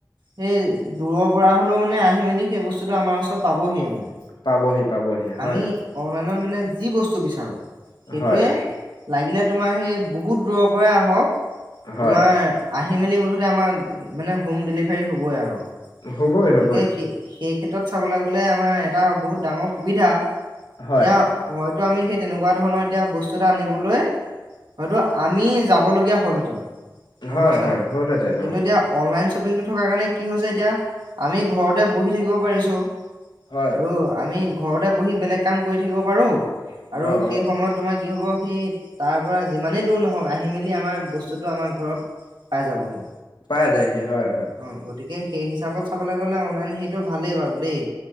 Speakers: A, on the right (about 85°); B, on the left (about 80°).
A: সেই দূৰৰ পৰা হলেও মানে আহি মেলি সেই বস্তুতটো আমাৰ ওচৰত পাবহিয়ে মানে
B: পাবহি পাবহি হয়
A: আমি অনলাইনত মানে যি বস্তু বিচাৰো সেইটোৱে
B: হয়
A: লাগিলে তোমাৰ সেই বহুত দূৰৰ পৰাই আহক
B: হয়
A: তোমাৰ আহ হাঁহি মেলি মুঠতে আমাৰ মানে হোম ডেলিভাৰী হ'বই আৰু
B: হ'বই
A: গতিকে
B: হ'বই
A: সেই সেই ক্ষেত্ৰত চাবলৈ গ'লে আমাৰ এটা বহুত ডাঙৰ সুবিধা এতিয়া
B: হয়
A: হয় স তেনেুৱা ধৰণৰ এতিয়া বস্তু এ আন হয় হ'লহেঁতেন গম
B: হয়
A: পাইছা
B: হয়
A: নাই
B: হ'লহতে ন
A: কিন্তু এতিয়া অনলাইন শ্বপিংটো থকা কাৰণে কি হৈছে এতিয়া আমি ঘৰতে বহি থাকিব পাৰিছো
B: হয়
A: আৰু আমি ঘৰতে বহি বেলেগ কাম কৰি থাকিব পাৰো আৰু
B: অ
A: সেই
B: অ
A: সময়ত তোমাক কি হ'ব সেই তাৰ পৰা যিমানেই দূৰ নহওক আহি মেলি আমাৰ বস্তুতটো আমাৰ ঘৰত পাই যাবহি
B: পাই যায়হি হয় হয়
A: অ গতিকে সেই হিচাপত চাবলৈ গ'লে অনলাইন সেইটো ভালেই বাৰু দেই